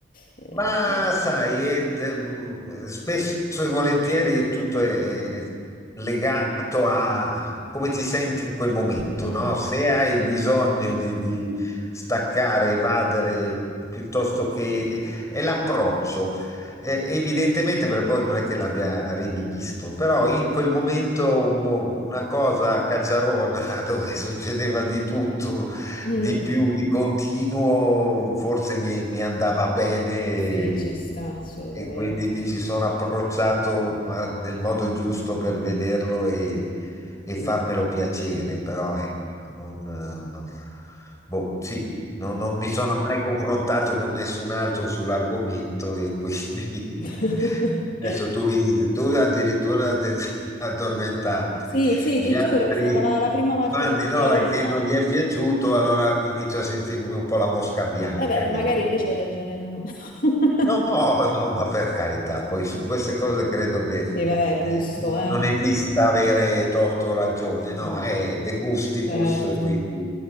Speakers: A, on the left (about 50°); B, on the left (about 20°).
A: Eh,
B: Ma
A: poi...
B: sai, ed, mm, spesso e volentieri tutto è, è legato a come ti senti in quel momento,
A: Mm,
B: no? Se hai bisogno di, di staccare, evadere, piuttosto che... eh, è l'approccio. Eh, evidentemente, per poi non è che l'abbia rivisto, però in quel momento mo, una cosa a cacciarona <laughs> dove succedeva di tutto
A: mm.
B: di più, di continuo, forse mi, mi andava bene e,
A: sì, ci sta, assolutamente.
B: e quindi mi ci sono approcciato ma nel modo giusto per vederlo e, e
A: Mm.
B: farmelo piacere, però ecco, non, eh, boh, sì, non, non mi sono mai confrontato con nessun altro sull'argomento e quindi
A: <laughs>
B: <laughs> adesso tu, vieni- tu addirittura de- <laughs> addormentarti.
A: Sì, sì,
B: Gli
A: ti
B: altri
A: giuro, è stata la, la prima volta
B: fan
A: nella
B: di Nolan
A: mia vita.
B: che non gli è piaciuto, allora inizio a sentirmi un po' la mosca bianca
A: Vabbè, magari
B: che dice,
A: invece hai ragione tu. <laughs>
B: no, no, ma per carità, poi su queste cose credo che
A: Sì, vabbè,
B: eh,
A: gusto, eh.
B: non esista avere torto o ragione, no,
A: Mm,
B: è de gustibus,
A: certo.
B: quindi